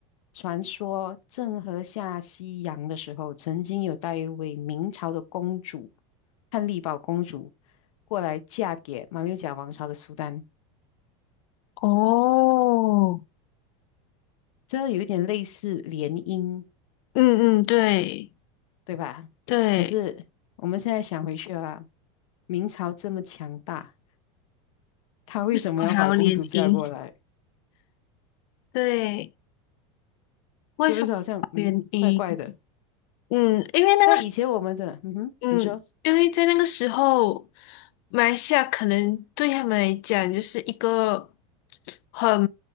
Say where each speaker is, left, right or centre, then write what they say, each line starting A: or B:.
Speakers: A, on the left; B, on the left.
A: 传说郑和下西洋的时候，曾经有带一位明朝的公主，汉丽宝公主过来嫁给马六甲王朝的苏丹，
B: 哦，
A: 这有一点类似联姻，
B: 嗯嗯，对
A: 对吧？
B: 对，
A: 可是我们现在想回去啊，明朝这么强大，他为什么要把公主嫁过来？
B: 为什么还要联姻？对，为什么要联姻？
A: 是不是好像嗯怪怪的？
B: 嗯，因为那个。
A: 在以前我们的嗯哼，
B: 嗯，
A: 你说
B: 因为在那个时候，马来西亚可能对他们来讲就是一个很